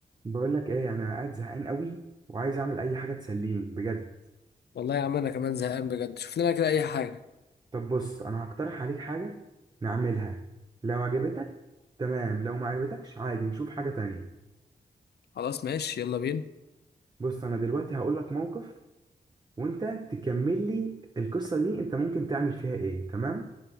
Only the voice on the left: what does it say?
والله يا عم انا كمان زهقان بجد شوف لنا كده اي حاجه
خلاص ماشي يلا بينا